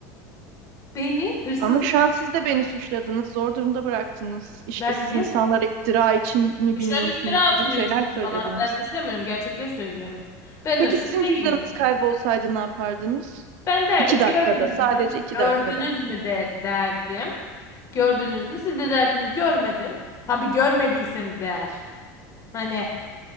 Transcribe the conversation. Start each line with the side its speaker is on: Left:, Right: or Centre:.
Left: Beni hırsızlık
Right: Ama şu an siz de beni suçladınız, zor durumda bıraktınız. İşte
Left: Ben
Right: siz
Left: niye?
Right: insanlara iftira için mi
Left: E,
Right: biniyorsunuz
Left: Şu an iftira atılıyor
Right: gibi şeyler
Left: çünkü
Right: söylediniz.
Left: bana. Ben suçlamıyorum, gerçekleri söylüyorum. Ben
Right: Peki
Left: hırsız
Right: sizin
Left: değilim.
Right: cüzdanınız kaybolsaydı ne yapardınız?
Left: Ben derdim,
Right: İki dakikada,
Left: gördünüz
Right: sadece
Left: mü?
Right: iki
Left: Gördünüz
Right: dakikada.
Left: mü de derdim. Gördünüz mü? Siz de derdiniz görmedim. Tabii görmediyseniz eğer. Hani